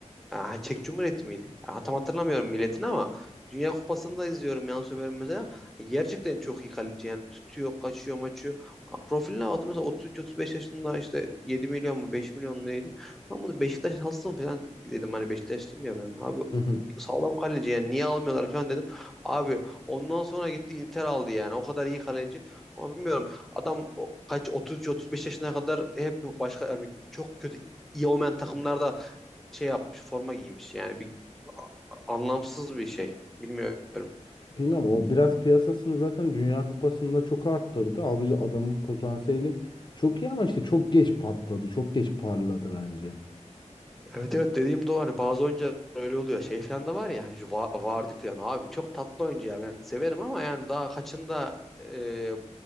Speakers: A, in the centre; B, on the left.
A: Aa, Çek Cumhuriyeti miydi? Ya, tam hatırlamıyorum milletini ama Dünya Kupası'nda izliyorum Yann Sommer'i mesela. Gerçekten çok iyi kaleci yani tutuyor, kaçıyor, maçıyor. Aa, Profiline baktım mesela 33-35 yaşında işte 7 milyon mu 5 milyon mu neydi? Lan bunu Beşiktaş alsın falan dedim hani Beşiktaşlıyım ya ben. Abi
B: <laughs>
A: sağlam kaleci yani niye almıyorlar falan dedim. Abi ondan sonra gitti Inter aldı yani o kadar iyi kaleci. Ama bilmiyorum adam o- kaç 33-35 yaşına kadar hep başka yani çok kötü iyi olmayan takımlarda şey yapmış, forma giymiş. Yani bir anlamsız bir şey. Bilmiyorum.
B: Bilmem o biraz piyasasını zaten Dünya Kupası'nda çok arttırdı. Abi adamın potansiyeli çok iyi ama işte çok geç patladı. Çok geç parladı bence.
A: Evet evet dediğim de o hani bazı oyuncular öyle oluyor. Şey falan da var ya Va- Vardy falan abi çok tatlı oyuncu ya ben severim ama yani daha kaçında e,